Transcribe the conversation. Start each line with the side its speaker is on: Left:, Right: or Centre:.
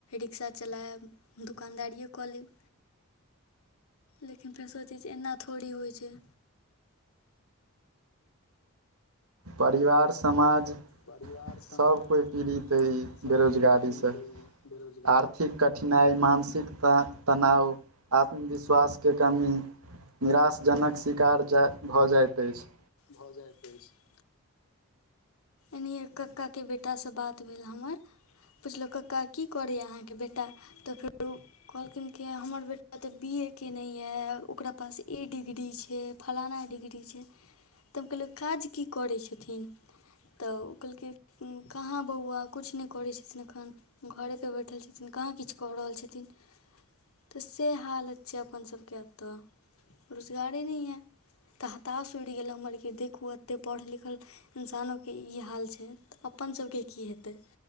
Left: रिक्शा चलायब दोकानदारिए कऽ लेब। लेकिन फेर सोचै छै एना थोड़ी होइत छै।
Right: परिवार समाज।
Left: परिवार समाज
Right: सभ कोइ पीड़ित अइ
Left: सभ
Right: बेरोजगारीसँ
Left: कोइ पीड़ित अइ बेरोजगार।
Right: आर्थिक कठिनाइ मानसिक तनाव आत्मविश्वासके कमी। निराशजनक शिकार भऽ जाइत अछि।
Left: भऽ जाइतै अछि। एनाहिए कक्काके बेटासँ बात भेल हमर। पुछलहुँ कक्का की करैया अहाँके बेटा तऽ फेरो। कहलखिन कि हमर बेटा तऽ बी ए केयने यए ओकरा पास ए डिग्री छै। फलाना डिग्री छै तऽ हम कहलहुँ काज की करै छथिन। तऽ ओ कहलकै कहाँ बौआ किछु नहि करै छथिन एखन। घरेपर बैठल छथिन कहाँ किछु कऽ रहल छथिन। तऽ से हालत छै अपन सबके ओत रोजगारी न है। तऽ हताश उड़ि गेल हमर कि देखू एतेक पढ़ल लिखल इन्सानो। के ई हाल छै तऽ अपन सबके की हेतै